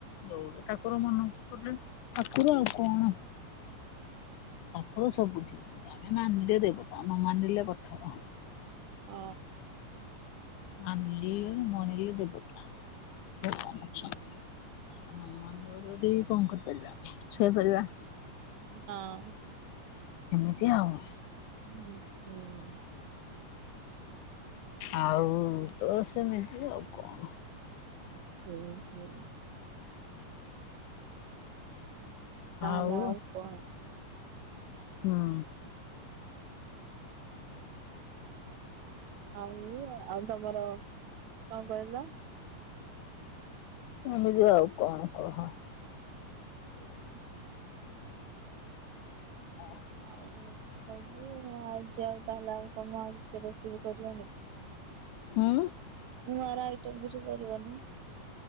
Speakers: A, on the left; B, on the right.
A: ଯୋଉଠି ଠାକୁର ମନ କଲେ ଠାକୁର ଆଉ କଣ। ଠାକୁର ସବୁଠି ଅଛନ୍ତି ଆମେ ମାନିଲେ ଦେବତା ନ ମାନିଲେ ପଥର।
B: ଅ।
A: ମାନିଲି ମଣିଲି ଦେବତା। ଭଗବାନ ଅଛନ୍ତି। ଆ ନ ମାନିବ ଯଦି କଣ କରିପାରିବା ଆମେ ଛୁ <unintelligible> ପାରିବା।
B: ହଁ।
A: ଏମିତି ଆଉ।
B: ହୁଁ ହୁଁ।
A: ଆଉ ତ ସେମିତି ଆଉ କଣ।
B: ହୁଁ ହୁଁ। ତାହେଲେ
A: ଆଉ
B: କଣ
A: ହୁଁ।
B: ଆଉ ଆଉ ତମର କଣ କହିଲ?
A: ଏମିତି ଆଉ କଣ କହ?
B: ହୁଁ ହୁଁ।
A: ହ।
B: ଆଉ ସବୁ ଆଉ ଯାହା ଆଉ ତାହେଲେ ଆଉ କଣ ଆଉ କିଛି ରୋଷେଇ ବି କରିବନି?
A: ହୁଁ
B: ନୂଆରେ ଆଇଟମ୍ କିଛି କରିବନି?